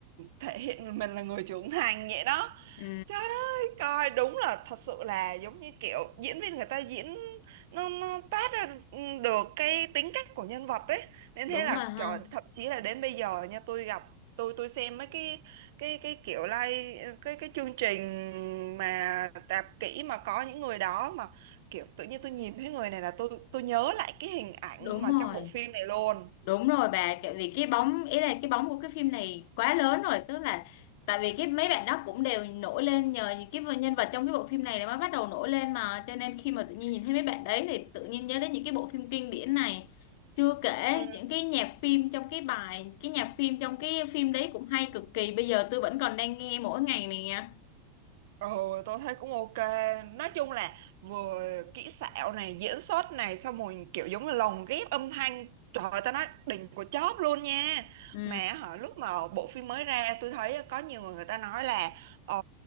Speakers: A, on the right; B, on the left.
A: thể hiện mình là người trưởng thành vậy đó
B: ừ,
A: trời ơi coi đúng là thật sự là giống như kiểu diễn viên người ta diễn nó nó toát ra ừ, được cái tính cách của nhân vật ấy nên
B: đúng
A: thế là
B: rồi ha
A: trời thậm chí là đến bây giờ nha tôi gặp tôi tôi xem mấy cái cái cái kiểu like cái cái chương trình mà tạp kỹ mà có những người đó mà kiểu tự nhiên tôi nhìn thấy người này là tôi tôi nhớ lại cái hình ảnh
B: đúng
A: mà
B: rồi
A: trong bộ phim này luôn
B: Đúng rồi bà, tại vì cái bóng ý là cái bóng của cái phim này quá lớn rồi, tức là tại vì cái mấy bạn đó cũng đều nổi lên nhờ những cái nhân vật trong cái bộ phim này là mới bắt đầu nổi lên mà cho nên khi mà tự nhiên nhìn thấy mấy bạn đấy thì tự nhiên nhớ đến những cái bộ phim kinh điển này. Chưa kể
A: Ừ.
B: những cái nhạc phim trong cái bài, cái nhạc phim trong cái phim đấy cũng hay cực kỳ, bây giờ tôi vẫn còn đang nghe mỗi ngày nè.
A: Ừ, tôi thấy cũng ok. Nói chung là vừa kỹ xảo này, diễn xuất này, xong rồi kiểu giống là lồng ghép âm thanh. Trời ơi, tao nói đỉnh của chóp luôn nha.
B: Ừ,
A: Mà hả, lúc mà bộ phim mới ra, tôi thấy có nhiều người người ta nói là ờ,